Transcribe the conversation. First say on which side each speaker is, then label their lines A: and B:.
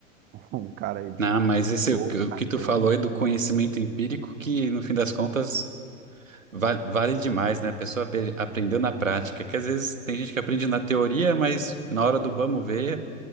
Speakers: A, on the right; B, on the right.
A: <laughs> um cara aí de
B: Não, mas
A: cultor,
B: esse, o
A: acadêmico.
B: que tu falou é do conhecimento empírico que, no fim das contas, Vale, vale demais, né? A pessoa ape- aprendeu na prática, que às vezes tem gente que aprende na teoria, mas na hora do vamos ver